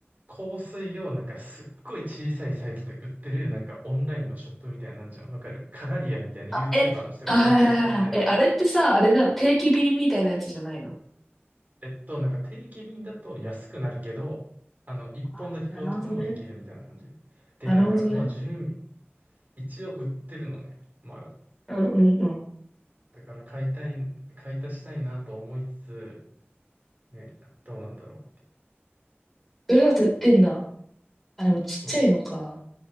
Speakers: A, on the right; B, in the centre.
A: 香水をなんかすっごい小さいサイズで売ってるなんかオンラインのショップみたいなのなんじゃん。わかるカラリアみたいな
B: あ、
A: YouTuber
B: え、
A: の人が紹介されてるやつ。
B: あ、はいはいはいはい。え、あれってさ、あれじゃん、定期便みたいなやつじゃないの
A: えっと、なんか定期便だと安くなるけど、あの、1本だけ買うとかもできるみたいな感じ。
B: あ、なるほどね。
A: で、
B: なるほどね。
A: なんか、まあ、10ミリ、一応売ってるのね、まだ。
B: うんうんうん。
A: だから買いたい、買い足したいなと思いつつ、ね、どうなんだろうって。
B: それだと売ってんだ。あ、でもちっちゃいのか。
A: そ